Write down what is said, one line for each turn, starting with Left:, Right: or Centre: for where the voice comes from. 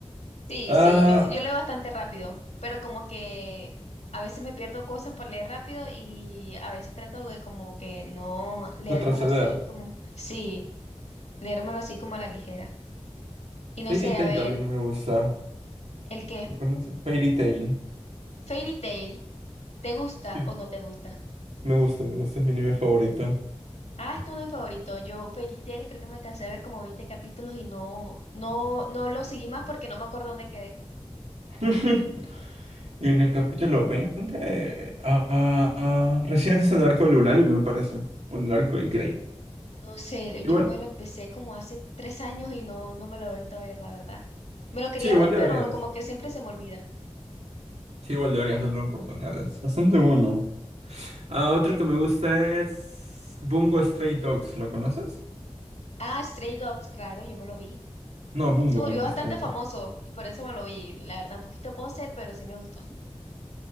Left: Sí,
Right: Ah,
Left: sí, yo, yo leo bastante rápido. Pero como que a veces me pierdo cosas por leer rápido y a veces trato de como que no leérmelo
Right: retroceder.
Left: así como... Sí, leérmelo así como a la ligera. Y no
Right: Fairy
Left: sé,
Right: Tail
Left: a ver,
Right: también me gusta.
Left: ¿el qué?
Right: ¿Lo conoces? Fairy Tail.
Left: Fairy Tail. ¿Te gusta
Right: Sí.
Left: o no te gusta?
Right: Me gusta, me gusta, es mi anime favorito.
Left: Ah, este es uno de mis favoritos. Yo Fairy Tail creo que me alcancé a ver como 20 capítulos y no, no, no lo seguí más porque no me acuerdo dónde quedé.
Right: <laughs> Y en el capítulo 20, ah, ah, recién haces el arco de Lulaly, me parece. O en el arco de Grey.
Left: No sé,
Right: Igual.
Left: yo me lo empecé como hace tres años y no, no me lo he vuelto a ver, la verdad. Me lo quería
Right: Sí, igual
Left: ver,
Right: deberías.
Left: pero como que siempre se me olvida.
Right: Sí, igual deberías darle una oportunidad. Es Bastante bueno. Ah, otro que me gusta es. Bungo Stray Dogs. ¿Lo conoces?
Left: Ah, Stray Dogs, claro, yo me lo vi.
Right: No, Bungo,
Left: Se volvió
Right: Bungo
Left: bastante
Right: Stray.
Left: famoso, y por eso me lo vi. La verdad, un poquito poser, pero sí me gustó.